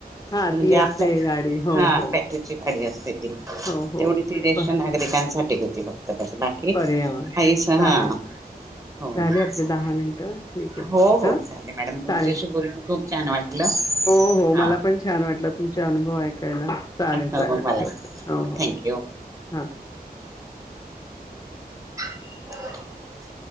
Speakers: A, on the left; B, on the right.
A: हा
B: म्हणजे
A: ती
B: आपल्या
A: असते गाडी हो
B: हा
A: हो
B: बॅटरीची गाडी अस तेवढी
A: हो हो म्हणजे
B: त ज्येष्ठ
A: प-
B: नागरिकांसाठी ती होती <unintelligible> बाकी
A: पर्यावरण
B: <unintelligible> हा
A: चालेल चालेल
B: हो
A: झाले
B: चा
A: आपले दहा मिनिटं ठीक आहे
B: हो हो
A: हा
B: चालेल मॅडम तुमच्याशी
A: चालेल
B: बोलून खूप छान वाटलं.
A: हो हो
B: हा
A: मला पण छान वाटलं तुमचा अनुभव ऐकायला चालेल
B: हो
A: चालेल
B: मलाही
A: ठेवते हो हो
B: थँक्यू
A: ह.
B: ह <unintelligible>